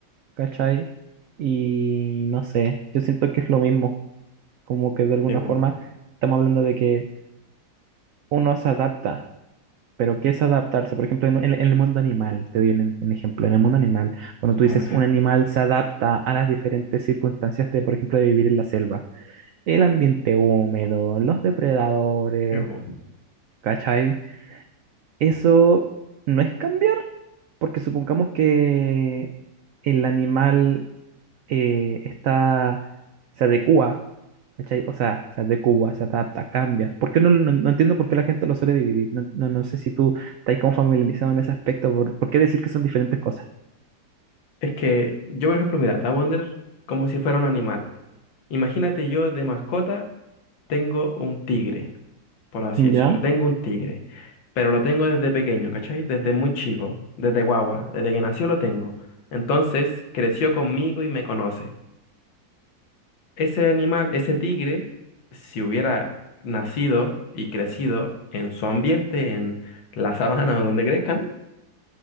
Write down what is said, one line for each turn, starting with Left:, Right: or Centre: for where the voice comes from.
Right: ¿cachai? Y no sé, yo siento que es lo mismo. Como que de alguna
Left: sí, bu.
Right: forma estamos hablando de que uno se adapta, pero ¿qué es adaptarse? Por ejemplo, en, en- en el mundo animal, te doy un, un ejemplo, en el mundo animal, cuando tú
Left: A
Right: dices
Left: ver,
Right: un animal se adapta a las diferentes circunstancias de, por ejemplo, de vivir en la selva, el ambiente húmedo, los depredadores,
Left: sí, bu.
Right: ¿cachai? Eso no es cambiar, porque supongamos que el animal eh, está, se adecua, ¿cachai? O sea, se adecua, se adapta, cambia. ¿Por qué no, no, no entiendo por qué la gente lo suele dividir? No, no, no sé si tú estás como familiarizado en ese aspecto, ¿por, por qué decir que son diferentes cosas?
Left: Es que yo, por ejemplo, mira, te voy a poner como si fuera un animal. Imagínate yo de mascota tengo un tigre, por así
Right: Ya,
Left: decirlo. Tengo un tigre, pero lo tengo desde pequeño, ¿cachai? Desde muy chico, desde guagua, desde que nació lo tengo. Entonces creció conmigo y me conoce. Ese animal, ese tigre, si hubiera nacido y crecido en su ambiente, en la sabana o donde crezcan,